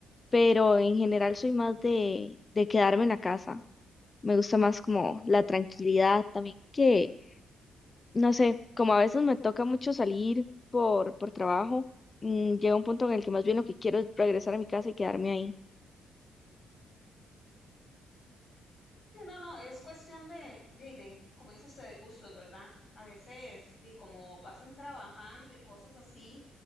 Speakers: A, on the left; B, on the left.
A: pero en general soy más de, de quedarme en la casa. Me gusta más como la tranquilidad también que, no sé, como a veces me toca mucho salir por, por trabajo, mm, llega un punto en el que más bien lo que quiero es regresar a mi casa y quedarme ahí.
B: Sí, No, no, es cuestión de, de, de, como dice usted, de gustos, ¿verdad? A veces, de como pasan trabajando y cosas así,